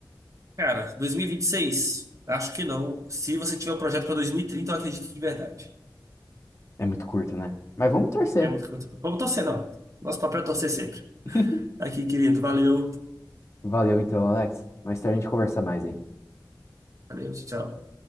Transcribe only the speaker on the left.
É muito curto, né? Mas vamos torcer.
<laughs>
Valeu então, Alex. Mais tarde a gente conversa mais, hein?